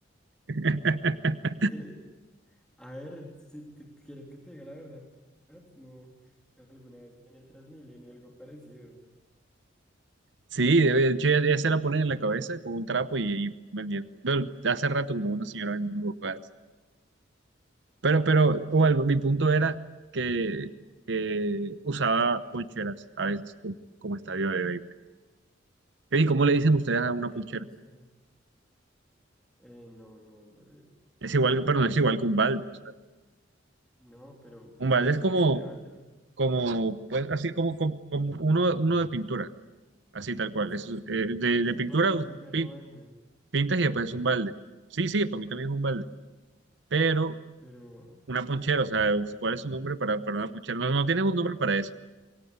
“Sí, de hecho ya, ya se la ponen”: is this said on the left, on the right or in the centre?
Right